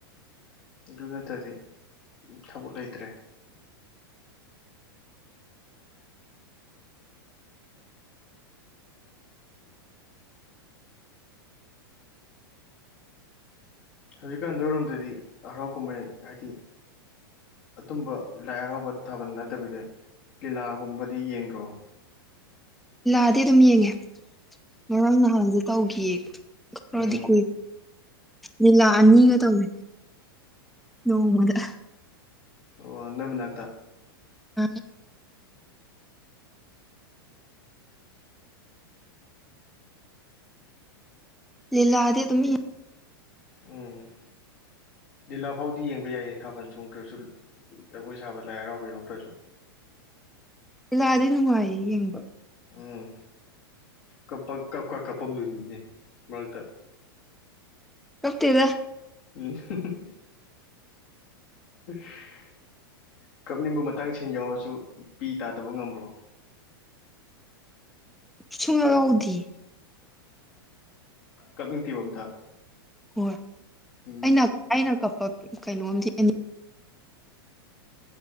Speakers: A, on the left (about 55°); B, in the centre.
A: ꯑꯗꯨ ꯅꯠꯇꯔꯗꯤ ꯊꯕꯛ ꯂꯩꯇ꯭ꯔꯦ ꯍꯧꯖꯤꯛꯀꯥꯟ ꯅꯣꯏꯔꯣꯝꯗꯗꯤ ꯍꯔꯥꯎ ꯀꯨꯝꯍꯩ ꯍꯥꯏꯗꯤ ꯑꯗꯨꯨꯝꯕ ꯂꯥꯏ ꯍꯔꯥꯎꯕ ꯊꯥꯕꯟ ꯅꯠꯇꯕꯤꯗ ꯂꯤꯂꯥꯒꯨꯝꯕꯗꯤ ꯌꯦꯡꯗ꯭ꯔꯣ
B: ꯂꯥꯗꯤ ꯑꯗꯨꯝ ꯌꯦꯡꯉꯦ ꯉꯔꯥꯡ ꯅꯍꯥꯟꯁꯨ ꯇꯧꯈꯤꯌꯦ ꯈꯔꯗꯤ
A: ꯎꯝ
B: ꯀꯨꯏ ꯂꯤꯂꯥ
A: ꯑꯣ
B: ꯑꯅꯤꯒ ꯇꯧꯋꯦ ꯅꯣꯡꯃꯗ
A: ꯑꯣ ꯅꯣꯢ ꯃꯅꯥꯛꯇ
B: ꯃꯟꯅꯦ ꯂꯤꯂꯥꯗꯤ ꯗꯨꯝ ꯌꯦꯡ
A: ꯎꯝ ꯂꯤꯂꯥ ꯐꯥꯎꯗꯤ ꯌꯦꯡꯕ ꯌꯥꯏꯌꯦ ꯊꯥꯕꯜ ꯆꯣꯡꯗ꯭ꯔꯁꯨ ꯖꯒꯣꯏ ꯁꯥꯕ ꯂꯥꯏ ꯍꯔꯥꯎꯕ ꯌꯥꯎꯗ꯭ꯔꯁꯨ
B: ꯂꯤꯂꯥꯗꯤ ꯅꯨꯡꯉꯥꯏꯌꯦ ꯌꯦꯡꯕ
A: ꯎꯝ ꯀꯞꯄ ꯀꯞꯀ ꯀꯞꯄꯝꯗꯣꯢꯅꯤꯅꯦ ꯃꯔꯛꯇ
B: ꯀꯞꯇꯦꯗ
A: ꯎꯝ <unintelligible> ꯀꯞꯅꯤꯡꯕ ꯃꯇꯥꯡ ꯁꯤꯟ ꯌꯥꯎꯔꯁꯨ ꯄꯤ ꯇꯥꯗꯕ ꯉꯝꯕ꯭ꯔꯣ
B: ꯁꯨꯡ ꯌꯥꯎ ꯌꯥꯎꯗꯤꯌꯦ
A: ꯀꯛꯅꯤꯡꯇꯦꯕ ꯑꯝꯇ
B: ꯍꯣꯏ
A: ꯎꯝ
B: ꯑꯩꯅ ꯑꯩꯅ ꯀꯞꯄ ꯀꯩꯅꯣꯝꯗꯤ